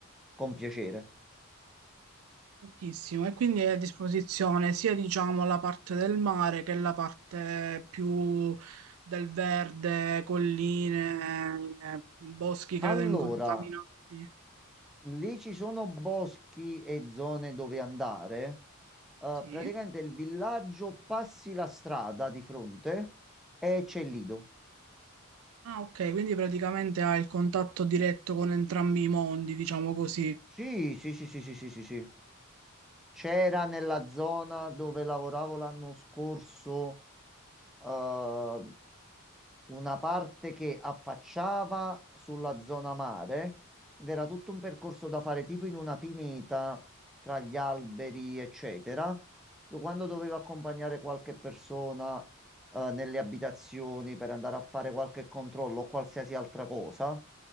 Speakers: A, in the centre; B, on the right (about 65°).
A: con piacere.
B: Tantissimo, e quindi è a disposizione sia diciamo la parte del mare che la parte più del verde, colline, eh, boschi credo
A: Allora,
B: incontaminati.
A: lì ci sono boschi e zone dove andare. Eh,
B: Sì,
A: praticamente il villaggio passi la strada di fronte e
B: sì.
A: c'è il lido.
B: Ah, ok, quindi praticamente hai il contatto diretto con entrambi i mondi, diciamo così.
A: Sì, sì, sì, sì, sì, sì, sì, sì. C'era
B: Ok,
A: nella zona dove lavoravo l'anno scorso, eh, una parte che affacciava sulla zona mare ed era tutto un percorso da fare tipo in una pineta tra gli alberi, eccetera. Io quando
B: sì,
A: dovevo accompagnare qualche persona eh, nelle abitazioni per andare a fare qualche controllo o qualsiasi altra cosa,